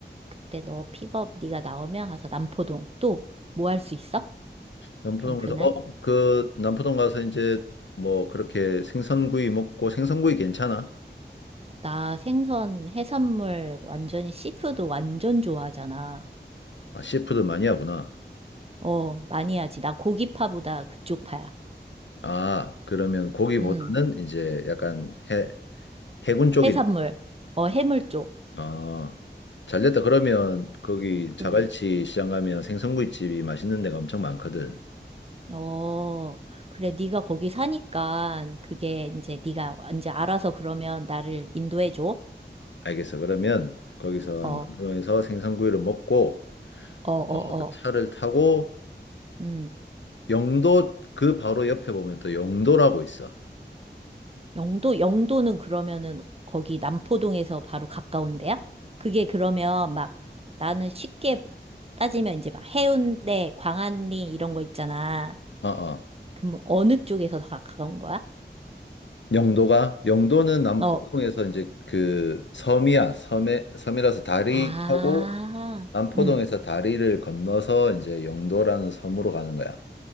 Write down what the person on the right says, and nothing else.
그때 너 픽업 네가 나오면 가서 남포동 또 뭐 할 수 있어?
그럼 그날
나 생선 해산물 완전히 씨푸드 완전 좋아하잖아.
어, 많이 하지. 나 고기파보다 그쪽 파야.
음.
해산물. 어, 해물 쪽.
응,
어, 그래, 네가 거기 사니까 그게 이제 네가 이제 알아서 그러면 나를 인도해 줘.
어, 어,
어, 어.
음.
영도 영도는 그러면은 거기 남포동에서 바로 가까운 데야? 그게 그러면 막 나는 쉽게 따지면 이제 막 해운대, 광안리 이런 거 있잖아.
그럼 어느 쪽에서 더 가까운 거야?
어.
아.
응.